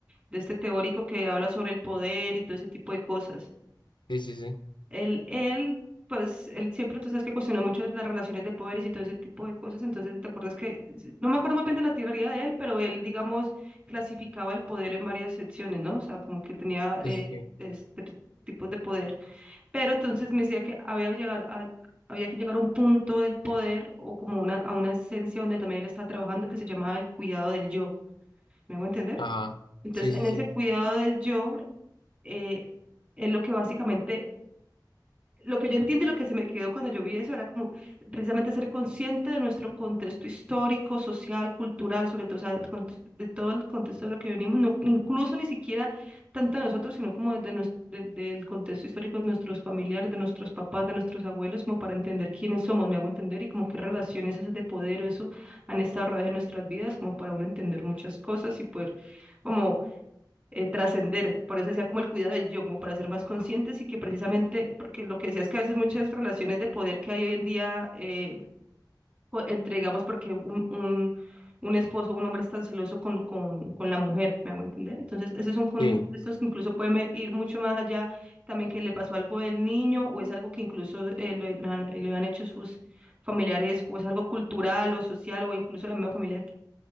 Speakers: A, on the right; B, on the left.
A: de este teórico que habla sobre el poder y todo ese tipo de cosas.
B: Sí, sí, sí.
A: Él, él, pues, él siempre, tú sabes que cuestiona mucho las relaciones de poderes y todo ese tipo de cosas, entonces te acuerdas que, no me acuerdo muy bien de la teoría de él, pero él, digamos, clasificaba el poder en varias secciones, ¿no? O sea, como que tenía eh,
B: Sí, sí, sí.
A: este tipos de poder, pero entonces me decía que había llegar a- Había que llegar a un punto del poder o como una, a una esencia donde también él estaba trabajando que se llamaba el cuidado del yo. ¿Me hago entender?
B: Ajá.
A: Entonces,
B: Sí,
A: en
B: sí,
A: ese
B: sí.
A: cuidado del yo, eh, es lo que básicamente, lo que yo entiendo y lo que se me quedó cuando yo vi eso era como precisamente ser consciente de nuestro contexto histórico, social, cultural, sobre todo, o sea, el de todo el contexto de lo que venimos, no- incluso ni siquiera tanto de nosotros, sino como desde nues- de- del contexto histórico de nuestros familiares, de nuestros papás, de nuestros abuelos, como para entender quiénes somos, me hago entender, y como qué relaciones esas de poder o eso han estado a través de nuestras vidas, como para uno entender muchas cosas y poder como eh, trascender. Por eso decía como el cuidado del yo, como para ser más conscientes y que precisamente, porque lo que decía es que a veces muchas relaciones de poder que hay hoy en día, eh, o- entre, digamos, porque un, un, un esposo, un hombre es tan celoso con, con, con la mujer, ¿me hago entender? Entonces, esos son contextos
B: Sí.
A: que incluso pueden ve- ir mucho más allá, también que le pasó algo del niño o es algo que incluso eh, le, le han, le han hecho sus familiares, o es algo cultural o social o incluso la misma familia